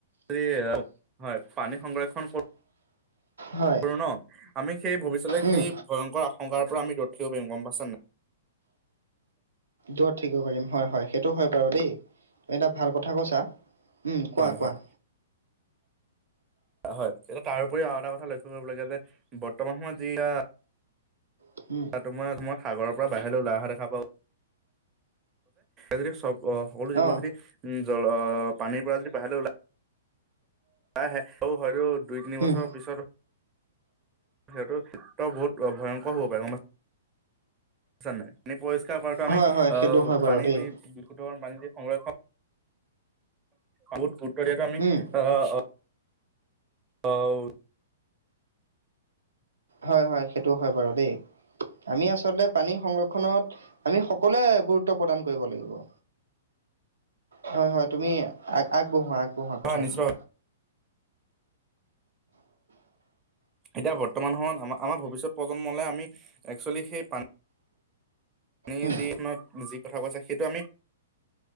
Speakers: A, on the right; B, on the right.
A: যদি হয় পানী সংৰক্ষণ
B: হয়,
A: কৰোঁ ন আমি সেই ভৱিষ্যলৈ
B: উম,
A: সেই ভয়ংকৰ আশংকাৰ পৰা আমি দূৰ থাকিব পাৰিম গম পাইছা নাই?
B: দূৰত থাকিব পাৰিম হয় হয় সেইটো হয় বাৰু দেই তুমি এটা ভাল কথা কৈছা। উম কোৱা
A: হয়
B: কোৱা।
A: হয় হয় এতিয়া তাৰ উপৰিও আৰু এটা কথা লক্ষ্য কৰিবলাগে যে বৰ্তমান সময়ত যিয়া
B: উম।
A: তোমাক মই সাগৰ পৰা বাহিৰলৈ ওলাই অহা দেখা পাওঁ। যদি চব অ সকলো জীৱ,
B: অ',
A: যদি উম জল পানীৰ পৰা যদি বাহ ওলা হয়তো দুই তিনি
B: উম।
A: বছৰৰ পিছত সিহতো বহুত ভয়ংকৰ হব পাৰে। নাই পানী, পৰিষ্কাৰ কৰাতো আমি
B: হয় হয় সেইটো
A: আহ
B: হয় বাৰু
A: পানী
B: দেই,
A: যি বিশু ধৰণৰ পানী যি সংৰক্ষণ বহুত গুৰুত্ব দিয়াতটো আমি
B: উম,
A: অ অ
B: হয় হয় সেইটোও হয় বাৰু দেই আমি আচলতে পানী সংৰক্ষণত আমি সকলোৱে গুৰুত্ব প্ৰদান কৰিব লাগিব। হয় হয় তুমি আ আগবঢ়োৱা আগবঢ়োৱা কথাখিনি।
A: হয় নিশ্চয় হয়। এতিয়া বৰ্তমান সময়ত আমাৰ আমাৰ ভৱিষ্যত প্ৰজন্মলৈ আমি এক্চুৱেলি সেই পানী, সেই
B: উম,
A: যিতি কথা কৈছে সেইটো আমি